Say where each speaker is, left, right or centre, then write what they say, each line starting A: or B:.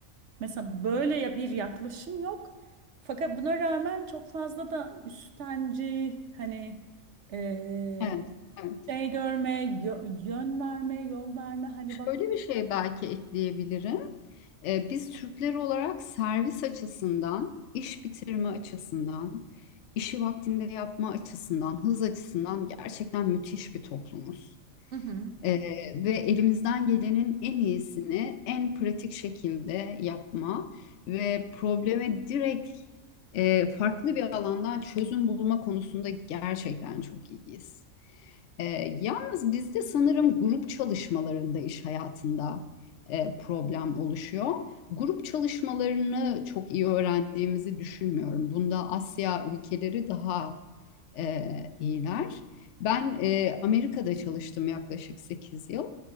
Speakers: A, on the right (about 65°); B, on the left (about 65°).
A: mesela böyle ya bir yaklaşım yok. Fakat buna rağmen çok fazla da üstenci hani eee,
B: Evet, evet.
A: şey görme, yö- yön verme, yol verme hani
B: Şöyle
A: bak.
B: bir şey belki ekleyebilirim. E, biz Türkler olarak servis açısından, iş bitirme açısından, işi vaktinde yapma açısından, hız açısından gerçekten müthiş bir toplumuz.
A: Hı hı.
B: Ee, ve elimizden gelenin en iyisini en pratik şekilde yapma ve probleme direkt e, farklı bir alandan çözüm bulma konusunda gerçekten çok iyiyiz. Ee, yalnız bizde sanırım grup çalışmalarında iş hayatında e, problem oluşuyor. Grup çalışmalarını çok iyi öğrendiğimizi düşünmüyorum. Bunda Asya ülkeleri daha e, iyiler. Ben e, Amerika'da çalıştım yaklaşık 8 yıl.